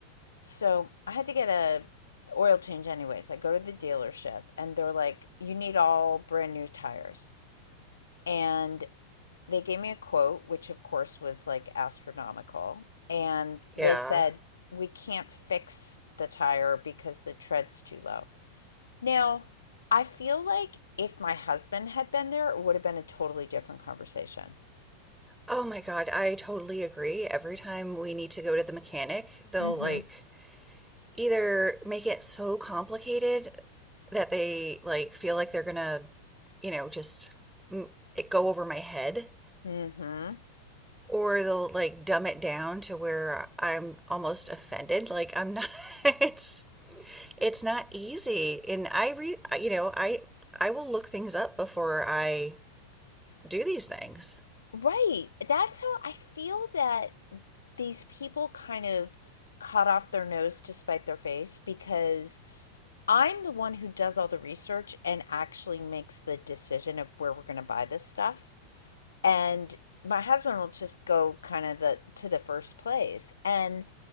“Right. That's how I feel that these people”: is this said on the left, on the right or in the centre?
Left